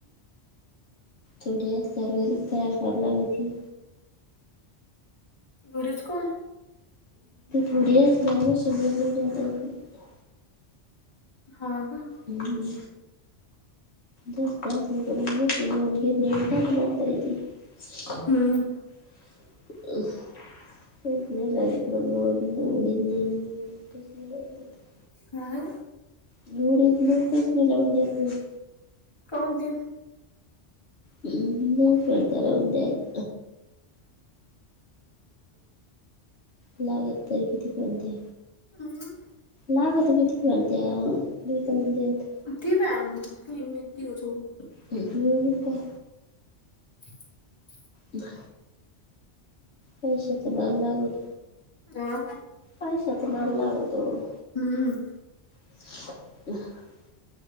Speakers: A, on the left; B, on the left.
A: थोडी असल्यावर घरीच तयार कराला लागती.
B: घरच काऊ न?
A: थोडी असल्यावर मशीनवर पण नेता येत नाई.
B: हा का?
A: हू हू. जास्त असल का म घेऊन <unintelligible>
B: हम्म.
A: <unintelligible> <unintelligible>
B: काय?
A: एवढी <unintelligible> लावून दित नाहीत.
B: काऊन दीन?
A: <unintelligible> लावून द्याले. लागतय तरी किती कोणत्या?
B: हू हू.
A: लागत किती करण त्या द देऊन देत.
B: ठेवू काय मग? <unintelligible>
A: हे आणि काय?
B: <inaudible>
A: बाय. पैशाच नाद लागत.
B: हा
A: पैशाच नाद लागत हो.
B: हूम्म.
A: हा.